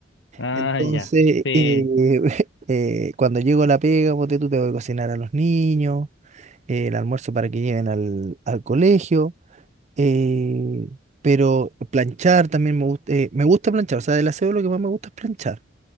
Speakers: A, on the left; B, on the right.
A: ah,
B: Entonces,
A: ya. Sí,
B: eh, <laughs> eh, cuando llego a la pega, ponte tú, tengo que cocinar a los niños, eh, el almuerzo para que lleven al, al colegio, eh, pero planchar también me gusta, me gusta planchar, o sea, del aseo lo que más me gusta es planchar.